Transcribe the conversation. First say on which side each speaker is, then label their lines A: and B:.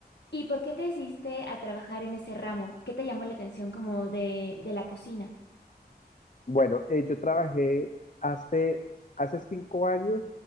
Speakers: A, on the left (about 85°); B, on the left (about 50°).
A: ¿Y por qué te decidiste a trabajar en ese ramo? ¿Qué te llamó la atención como de, de la cocina?
B: Bueno, eh, yo trabajé hace, hace cinco años